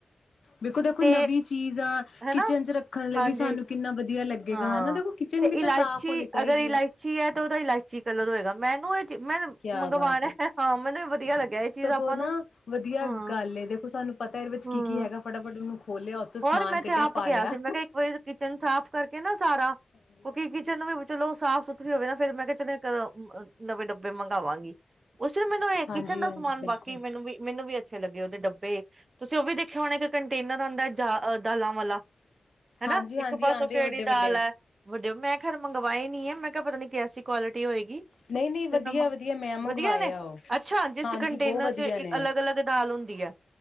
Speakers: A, on the left (about 60°); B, on the right (about 40°).
A: ਦੇੇਖੋ-ਦੇਖੋ
B: ਤੇ
A: ਨਵੀਂ ਚੀਜ਼ ਆ
B: ਹਨਾ
A: ਕਿਚਨ ਚ ਰੱਖਣ ਲਈ
B: ਹਾਂਜੀ
A: ਵੀ ਸਾਨੂੰ ਕਿੰਨਾ ਵਧੀਆ ਲੱਗੇਗਾ
B: ਹਾਂ,
A: ਹਨਾ, ਦੇਖੋ ਕਿਚਨ
B: ਤੇ
A: ਵੀ ਤਾਂ
B: ਇਲਾਇਚੀ
A: ਸਾਫ਼ ਹੋਣੀ ਚਾਹੀਦੀ
B: ਅਗਰ ਇਲਾਇਚੀ
A: ਐ।
B: ਹੈ ਤਾਂ ਉਹਦਾ ਇਲਾਇਚੀ ਕਲਰ ਹੋਏਗਾ। ਮੈਨੂੰ ਇਹ ਚੀ- ਮੈਂ
A: ਕਿਆ
B: ਮੰਗਵਾਉਣਾ
A: ਬਾਤ ਹੈ,
B: ਹਾਂ ਮੈਨੂੰ ਇਹ ਵਧੀਆ ਲੱਗਿਆ ਇਹ
A: ਸਗੋਂ
B: ਚੀਜ਼ ਆਪਾਂ
A: ਨਾ
B: ਨੂੰ
A: ਵਧੀਆ
B: ਹਾਂ
A: ਗੱਲ ਏ ਦੇਖੋ ਸਾਨੂੰ ਪਤਾ ਇਹਦੇ ਵਿੱਚ
B: ਹਾਂ
A: ਕੀ ਕੀ ਹੈਗਾ ਫਟਾਫਟ ਉਹਨੂੰ ਖੋਲਿਆ ਉੱਥੋਂ ਸਮਾਨ
B: ਹੋਰ ਮੈਂ
A: ਕੱਢਿਆ
B: ਇੱਥੇ ਆਪ
A: ਪਾ
B: ਕਿਹਾ
A: ਲਿਆ।
B: ਸੀ, ਮੈਂ ਕਿਹਾ ਇੱਕ ਵਾਰੀ ਕਿਚਨ ਸਾਫ਼ ਕਰਕੇ ਨਾ ਸਾਰਾ,
A: ਹਾਂਜੀ-ਹਾਂਜੀ।
B: ਕਿਉਂਕਿ ਕਿਚਨ ਨੂੰ ਵੀ ਚਲੋ ਸਾਫ਼ ਸੁਥਰਾ ਤੁਸੀਂ ਹੋਵੇ ਨਾ ਫੇਰ ਮੈਂ ਕਿਹਾ ਚਲੋ <unintelligible> ਨਵੇਂ ਡੱਬੇ ਮੰਗਵਾਂਗੀ, ਉਸ ਮੈਨੂੰ ਇਹ
A: ਹਾਂਜੀ-ਹਾਂਜੀ,
B: ਕਿਚਨ ਦਾ ਸਮਾਨ
A: ਬਿਲਕੁਲ,
B: ਬਾਕੀ ਮੈਨੂੰ ਵੀ ਮੈਨੂੰ ਵੀ ਅੱਛੇ ਲੱਗੇ ਉਹਦੇ ਡੱਬੇ, ਤੁਸੀਂ ਉਹ ਵੀ ਦੇਖਿਆ ਹੋਣਾ। ਇੱਕ ਕੰਟੇਨਰ ਆਉਂਦਾ ਦਾ ਆ ਦਾਲਾਂ ਵਾਲਾ ਹਨਾ
A: ਹਾਂਜੀ-ਹਾਂਜੀ
B: ਇੱਕ ਪਾਸੋਂ
A: ਆਂਦੇ
B: ਕਿਹੜੀ
A: ਆ ਵੱਡੇ-ਵੱਡੇ।
B: ਦਾਲ ਹੈ, ਵਧੀਆ ਮੈਂ ਖੈਰ ਮੰਗਵਾਈ ਨੀ ਆ, ਮੈਂ ਕਿਹਾ ਪਤਾ ਨੀ ਕੈਸੀ ਕੁਆਲਿਟੀ ਹੋਏ ਗੀ
A: ਨਹੀਂ ਨਹੀਂ ਵਧੀਆ
B: ਫਿਰ ਮੈਂ
A: ਵਧੀਆ ਮੰਗਵਾਏ
B: ਵਧੀਆ ਨੇ
A: ਆ ਉਹ
B: ਅੱਛਾ ਜਿਸ
A: ਹਾਂਜੀ
B: ਕੰਟੇਨਰ
A: ਬਹੁਤ ਵਧੀਆ
B: ਚ
A: ਨੇ
B: ਅਲੱਗ ਅਲੱਗ ਦਾਲ ਹੁੰਦੀ। <unintelligible>